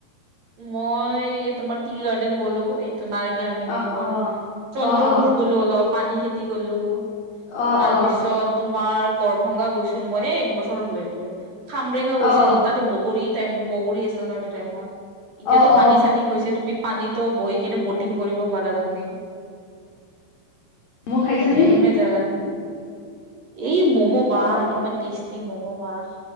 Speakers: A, on the right (about 50°); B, on the left (about 50°).
A: মই, এই তোমাৰ টি গাৰ্ডেন গ'লো এই। নাৰ্গী আৰ্মি কেম্পৰ
B: অ অ
A: চন্দ্ৰপুৰ
B: অ অ
A: গলো অলপ। পানী খেতি গলো।
B: অ
A: তাৰ
B: অ
A: পিছত তোমাৰ, গৰভংগা গৈছো। মই এ এক বছৰ হলেতো। খামৰেঙা গৈছিলো।
B: অ
A: তাততে বগৰী টাইম বগৰী আছিল ন এইটো টাইমত। এতিয়াতো
B: অ অ
A: পানী
B: অ
A: চানী হৈছে। তুমি পানীতো বহি কেনে ব'টিং কৰিব পাৰা তুমি।
B: ম'ম' খাইছানে
A: ধুনীয়া- ধুনিয়ীয়া জাগা আছে। এই ম'ম, বাহ
B: অ অ
A: ইমান টেষ্টি ম'ম বাহ।